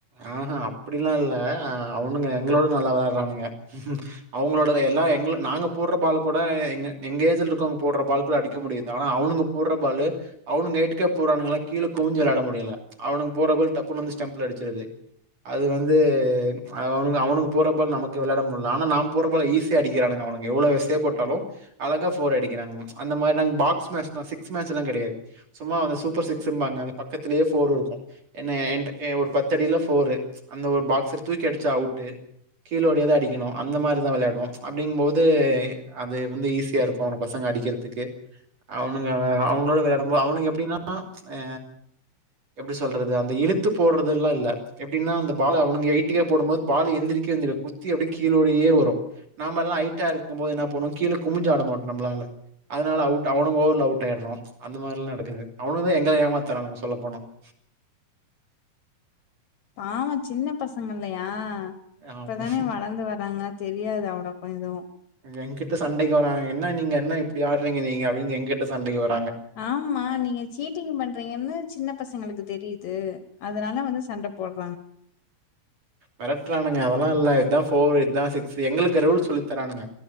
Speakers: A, on the right (about 50°); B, on the left (about 65°).
A: ஆ ஆ அப்டில்லா இல்ல அவனுங்க எங்களவுட நல்லா வெளையாட்றானுங்க அவங்களோட எல்லா எங்லு நாங்க போட்ற பாலு கூட எங்க எங்க ஏஜுல இருக்கவங்க போட்ற பால்கூட அடிக்க முடியாது ஆன அவுனுங்க போட்ற பாலு அவனுங்க ஹயிட்டுக்கே போட்றானுங்ளா கீழே குவுஞ்சு வெளயாட முடி யில அவனுங் போட்ற கோல் டப்புன் வந்து ஸ்டெம்பில அடிச்சிருது அது வந்து அவனுக அவனுங்க போட்ற பால் நமக்கு வெளாட முட்ல ஆனா நாம் போட்ற பால் ஈஸியா அடிக்கிறானுக அவனுங்க எவ்ளோ வெசயாப்போட்டாலு அழகா ஃபோர் அடிக்கிறானுக அந்த மாரி நாங் பாக்ஸ் மேஜ் தா சிக்ஸ்மேஜ் எல்லா கெடயாது சும்மா அந்த சூப்பர் சிக்ஸ்ம்பாங்க அந்த பக்கத் திலியே போர்ருருக்கு என்னைய என்ட்ட எ ஒரு பத்தடியில ஃபோரு அந்த ஒரு பாக்ஸ தூக்கி அடிச்சா அவுட்டு கீழோடியே தா அடிக்கணு அந்த மாரிதா வெளையாடுவோ அப்டிங் போது அது வந்து ஈஸியாருக் கோனு பசங்க அடிக்கிறதுக்கு அவனுங்க அவுங்களோட வெளையாடம்போது அவனுக எப்டின்னா ஆ எப்டி சொல்றது அந்த இழுத்து போட்றதுல்லா இல்ல எப்டினா அந்த பால அவனு எய்டியா போடும்போது பாலு எந்திரிக்கவே எந்திரிக்காது குத்தி அப்டி கீழோடையே வரு நாம எல்லா ஐட்டா இருக்கு போது என்னா பண்ணுவோ கீழே குமுஞ்சாட மாட் நம்ளால அதனால அவுட் அவனுங்க ஓவவர்ல அவுட் ஆயிட்றோ அந்த மாரில்லா நடக்குது அவனுங்க தா எங்கள ஏமாத்துறானுங்க சொல்ல போன <inaudible>
B: பாவோ சின்ன பசங்கல்லையா இப்பதானே
A: ஆமா
B: வளந்து வர்றாங்க தெரியாது அவ்ளாக்கு எதுவு
A: எங்கிட்ட சண்டைக்கு வராங்க என்ன நீங்க என்ன இப்டி ஆட்றீங்க நீங்க அப்டின் எங்கிட்ட சண்டைக்கு வரா
B: ஆமா நீங்க சீட்டிங் பண்றீங்கன்னு சின்ன பசங்களுக்கு தெரியி து அதனால வந்து சண்ட போட்
A: மெரட்றானுங்க அதெல்லா இல்ல இத் தா ஃபோர் இத் தா சிக்ஸு எங்களுக்கு ரூல்ஸ் சொல்லி தரானுங்க